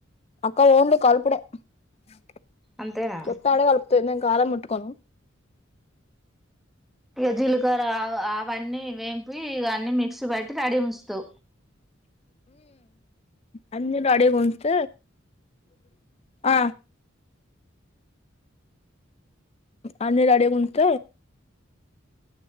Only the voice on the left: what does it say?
అక్కా ఒనీల కలుపుడే క్షౌ
చెప్తాంటే కలుపుతది నె కారం ముట్టుకోన్
అన్నరు అడేగ ఉన్స్ ఆ అ అడిే గుంటత